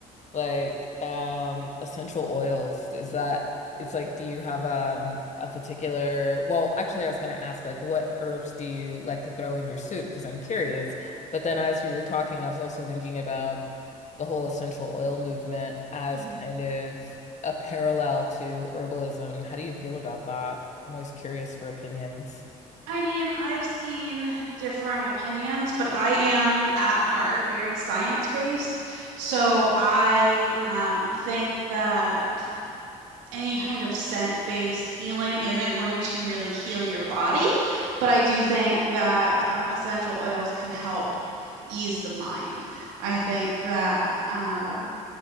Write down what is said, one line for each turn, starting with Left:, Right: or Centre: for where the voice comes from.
Left: Like um essential oils. Is that it's like do you have um a particular well, actually I was gonna ask like what herbs do you like to throw in your soup? Because I'm curious. But then as you were talking, I was also thinking about the whole essential oil movement as
Right: Mhm.
Left: kind of a parallel to herbalism. How do you feel about that? I'm always curious for opinions.
Right: I mean, I've seen differing opinions, but I am at heart very science-based. So I um, think that any kind of scent-based healing isn't going to really heal your body, but I do think that um, essential oils can help ease the mind. I think that um,